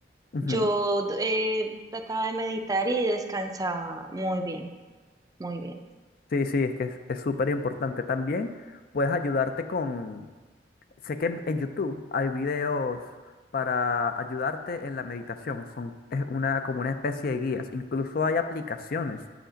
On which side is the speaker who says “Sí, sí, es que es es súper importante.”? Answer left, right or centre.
Left